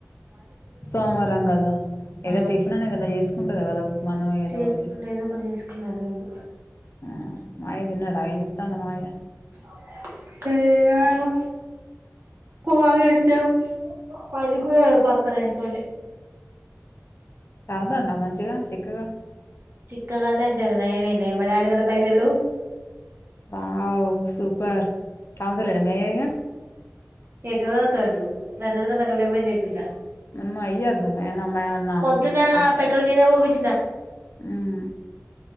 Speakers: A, on the left; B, on the right.
A: సోమవారం కదా ఏదో
B: ఆ
A: టిఫిన్ అన్న ఏదనా చేసుకుంటద కదా మనం ఏదో
B: చేసుకున్న
A: ఒకటి
B: ఏదో ఒకటి చేసుకున్నా లేదు
A: ఆ మాయ తిన్నాడా ఏం చేస్తున్నాడు మావయ్య
B: <unintelligible> పోవ వేస్తే పడుకోనాడు పక్కనేసుకుని
A: తాగుతుందా మంచిగా చిక్కగా
B: చిక్క్క కగా అంటే జర నయమేలే మా డాడీ కూడా పైజలు
A: వావ్ సూపర్ తాగు తల్లేడా మీ అయ్యా ఇక
B: ఎక్కడ తాగుతాడు నన్ను అడిగితే నా దగ్గర లేవని చెప్పిన
A: అమ్మో అయ్యొద్దు ఆయనమ్మ ఏమన్నా
B: పోద్దునా
A: ఆ
B: పెట్రోల్ నేనే పో పిచ్చి
A: మ్మ్